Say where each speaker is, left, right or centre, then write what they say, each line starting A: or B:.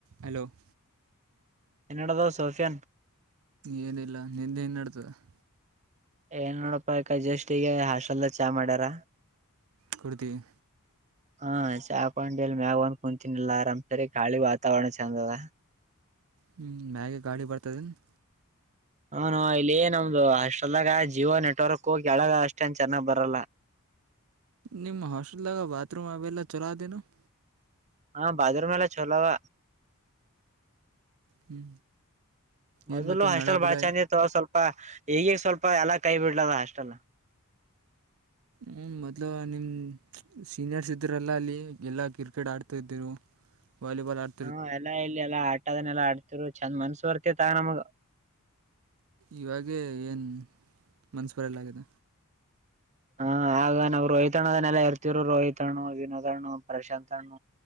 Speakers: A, on the right; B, on the right.
A: ಹಲೋ? <inaudible>
B: ಏನ್ ನಡದದ್ ಸೋಫಿಯನ್? <inaudible>
A: ಏನಿಲ್ಲ ನಿಂದ ಏನ್ ನಡದದ. <inaudible>
B: ಏನ್ ಇಲ್ಲ ನೋಡಪ್ಪಾ ಈಗ ಜಸ್ಟ್ ಈಗ ಹಾಸ್ಟೆಲ್ದಾಗ ಚಾ ಮಾಡ್ಯಾರ. <inaudible>
A: ಕುಡಿದಿ. <inaudible>
B: ಹಾ ಚಾ ಹಾಕೊಂಡ ಇಲ್ಲಿ ಮ್ಯಾಗ ಬಂದ ಕುಂತನ ಅಲ್ಲಾ ಆರಾಮ್ ಸರಿ ಗಾಳಿ ವಾತಾವರಣ ಚೆಂದ ಅದ. <inaudible>
A: ಹೂ ಮ್ಯಾಗೂ ಗಾಳಿ ಗ ಬರ್ತದ ಏನ್? <inaudible>
B: ಹ ನೋ ಇಲ್ಲಿ ನಮ್ದು ಹಾಸ್ಟೆಲದಾಗ ಜಿಯೋ ನೆಟ್ವರ್ಕ್ ಹೋಗಿ ಕೆಳಗ ಅಷ್ಟೇನ್ ಚೆನ್ನಾಗ್ ಬರಲ್ಲ. <inaudible>
A: ನಿಮ್ಮ ಹಾಸ್ಟೆಲ್ದಾಗ ಬಾತ್ರೂಮ್ ಅವೆಲ್ಲ ಚಲೋ ಅದೇನು? <inaudible>
B: ಹಾ ಬಾತ್ರೂಮ್ ಎಲ್ಲ ಚಲೋ ಅವ. <inaudible>
A: ಹ್ಞೂ
B: ಮೊದಲು
A: ಏನು ಮತ್ತು
B: ಹಾಸ್ಟೆಲ್
A: ನಳ
B: ಬಾಳ
A: ಬಿಳ
B: ಚಂದಿತ್ ಅವಾ ಸ್ವಲ್ಪ ಈಗ ಸ್ವಲ್ಪ ಎಲ್ಲಾ ಕೈ ಬಿಟ್ಟದ ಹಾಸ್ಟೆಲ್.
A: ಹ್ಮ್, ಮೊದ್ಲು ನಿಮ ಸೀನಿಯರ್ಸ್ ಇದ್ರಲ್ಲಾ ಅಲ್ಲಿ ಎಲ್ಲಾ ಕ್ರಿಕೆಟ್ ಆಡ್ತಾ ಇದ್ದ್ರು. ವಾಲಿಬಾಲ್ ಆಡ
B: ಹ್ಮ್, ಎಲ್ಲಾ ಇಲ್ಲಿ ಎಲ್ಲಾ ಆಟದನ್ನಲ್ಲಾ ಆಡ್ತಿರು ಚಂದ್ ಮನ್ಸ ಬರ್ತಿತಅಣ್ಣ ನಮಗ್.
A: ಇವಾಗೇ ಏನು ಮನಸ ಬರಲಾಗೆದ.
B: ಹಾ, ಆಗ ನಾವು ರೋಹಿತ್ ಅಣ್ಣದನ್ನೆಲ್ಲಾ ಇರ್ತಿವ್ರು ರೋಹಿತ್ಣ, ವಿನೋದ ಅಣ್ಣ, ಪ್ರಶಾಂತ್ ಅಣ್ಣ